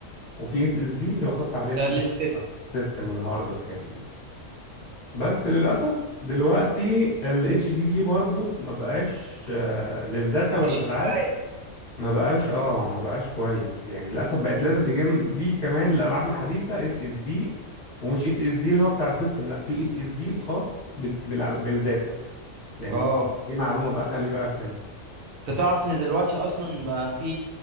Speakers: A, on the left; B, on the right.
A: وفي اس اس دي اللي بحط عليه ال-
B: ده اللي السيستم
A: السيستم والهارد والحاجات دي بس للاسف دلوقتي الاتش دي دي برضو ما بقاش آه، للداتا
B: مبقاش
A: والالعاب
B: كفايه
A: ما بقاش اه ما بقاش كويس يعني للاسف بقت لازم تجيب كمان الالعاب الحديثه اس اس دي ومش اس اس دي اللي هو بتاع السيستم لا في اس اس دي خاص بال- بالع- بالداتا لان
B: اه
A: في- دي معلومه بقى خلي بالك منها
B: انت تعرف ان دلوقتي اصلا بقى في